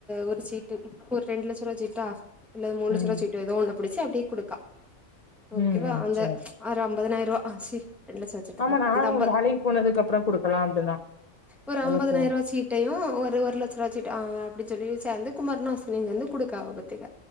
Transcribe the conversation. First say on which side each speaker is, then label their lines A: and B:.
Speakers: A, in the centre; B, on the left (about 45°).
A: ஒரு சீட்டு ஒரு ரெண்டு லட்ச ரூவா சீட்டா அல்லது மூணு லட்ச
B: ம்
A: ரூவா சீட் டு ஏதோ ஒண்ண புடிச்சு அப்டியே குடுக்கா ஓகேவா
B: ம் ம்
A: அந்த
B: சேர்
A: ஒரு ஐம்பதனாயிரூவா சி ரெண்டு லட்சத் சீட்டுதா
B: ஆமா
A: இருக்கு
B: நா
A: அந்த ஐம்பத்
B: வேலைக்கு போனதுக்கு அப்புறோ குடுக்கலா அப்டிதா
A: ஒரு
B: நல்லா
A: ஐம்பதனாயிரூவா
B: போ
A: சீட் டையு ஒரு ஒரு லட்சரூவா சீட் ஆ அப்டி சொல்லி சேந்து குமரனு அஸ்வினி சேந்து குடுக்காங்க பாத்துக்க